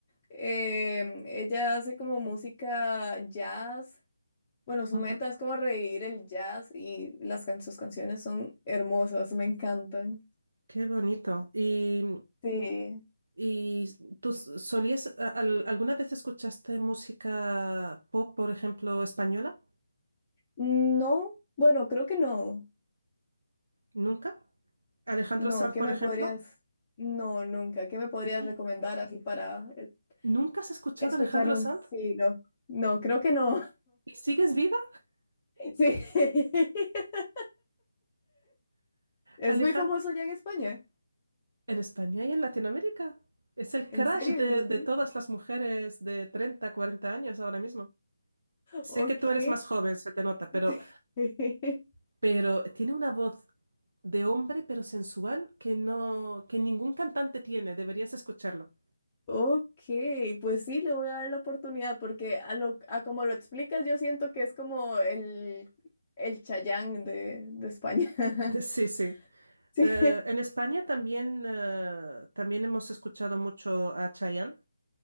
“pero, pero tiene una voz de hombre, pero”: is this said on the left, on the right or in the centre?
Right